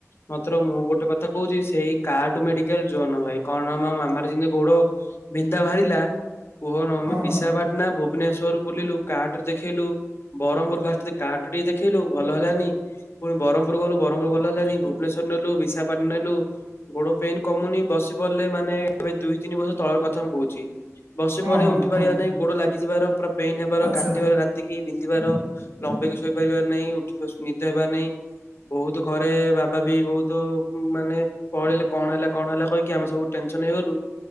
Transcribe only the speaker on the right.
ହଁ
ହଁ
ହଁ
ହଁ
ହଁ
ଆଚ୍ଛା